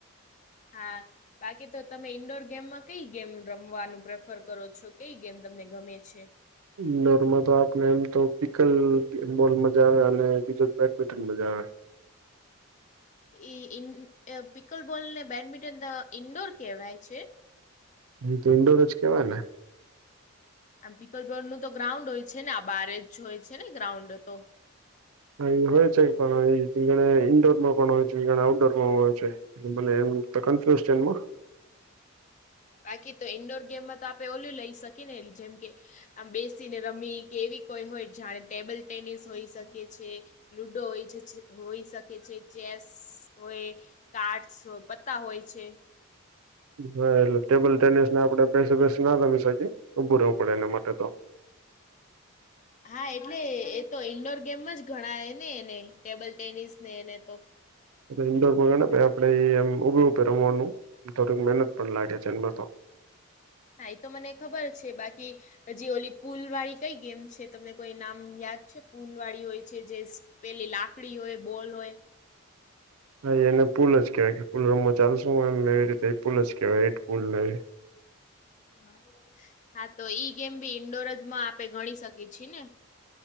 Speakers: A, on the left; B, on the right.
A: હા બાકી તો તમે ઈન્ડોર ગેમમાં કઈ ગેમ રમવાનું પ્રેફર કરો છો? કઈ ગેમ તમને ગમે છે?
B: ઇન્ડોરમાં તો આપને એમ તો પિકલ બોલ મજા આવે અને બીજો બેટપિટન મજા આવે.
A: એ ઈન અ પિકલ બોલ ને બેડમિન્ટન ઈન્ડોર કેહવાય છે?
B: ઈ તો ઇન્ડોર જ કેવાય ને?
A: આમ પીકલબોલનું તો ગ્રાઉન્ડ હોય છે ને આ બારે જ હોય છે ગ્રાઉન્ડ તો?
B: હા ઈ હોય છે, પણ ઈ <unintelligible> ઈન્ડોરમાં પણ હોય છે <unintelligible> આઉટડોરમાં હોય છે બલે એમ તો <unintelligible>
A: બાકી તો ઈન્ડોર ગેમમાં તો આપે ઓલું લઈ શકીએ ને જેમ કે, આમ બેસીને રમી કે એવી કોઈ હોય જાણે ટેબલ ટેનિસ હોઈ શકે છે. લુડો હોય છે, છ છ હોય શકે છે, ચેસ હોય કાર્ડસ્ અ પત્તા હોય છે.
B: હા એટલે ટેબલ ટેનિસને આપળે બેસી બેસી ના રમી શકી, ઉભું રહેવું પડે એના માટે તો.
A: હા, એટલે એ તો ઈન્ડોર ગેમમાં જ ગણાય ને એને, ટેબલ ટેનિસ ને એને તો‌.
B: એ ઇન્ડોર બોલવાના કે આપળે એમ ઉભે ઉભે રમવાનું થોડીક મહેનત પણ લાગે છે ઈન્મે તો.
A: હા, ઈ તો મને ખબર જ છે બાકી હજી ઓલી પુલવાળી કઈ ગેમ છે? તમને કોઈ નામ યાદ છે? પુલવાળી હોય છે જેસ્ પેલી લાકળી હોય, બોલ હોય.
B: હા, એને પુલ જ કેવાય કે, પૂલ રમવા ચાલશું? એમ એવી રીતે ઈ પુલ જ કેવાય ઈ જ પુલ ને એ
A: <unintelligible> હા, તો ઈ ગેમ ભી ઈન્ડોર જ માં આપે ગણી શકીએ છે ને